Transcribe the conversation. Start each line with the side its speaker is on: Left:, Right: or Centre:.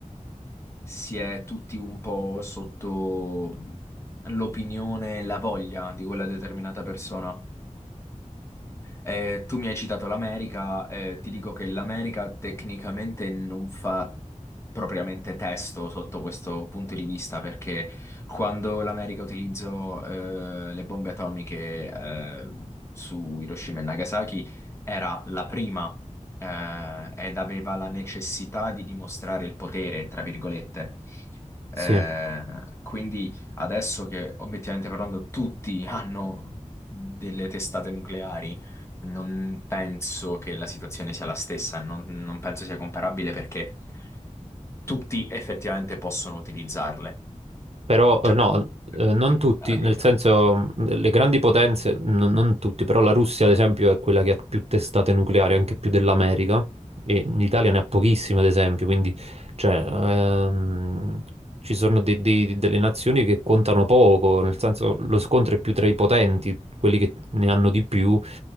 Left: si è tutti un po' sotto l'opinione e la voglia di quella determinata persona. Eh, tu mi hai citato l'America, eh, ti dico che l'America tecnicamente non fa propriamente testo sotto questo punto di vista, perché quando l'America utilizzò eh, le bombe atomiche eh, su Hiroshima e Nagasaki era la prima eh, ed aveva la necessità di dimostrare il potere, tra virgolette.
Right: Sì.
Left: Eh, quindi adesso che obiettivamente parlando tutti <laughs> hanno delle testate nucleari non penso che la situazione sia la stessa, non, non penso sia comparabile perché tutti effettivamente possono utilizzarle.
Right: Però
Left: Cioè,
Right: eh, no,
Left: per
Right: eh,
Left: tutti
Right: non
Left: gli
Right: tutti,
Left: stati,
Right: nel
Left: ovviamente.
Right: senso mh, le grandi potenze, non, non tutti, però la Russia ad esempio è quella che ha più testate nucleari, anche più dell'America, e l'Italia ne ha pochissime ad esempio, quindi cioè, ehm, ci sono dei- dei- delle nazioni che contano poco, nel senso lo scontro è più tra i potenti, quelli che ne hanno di più,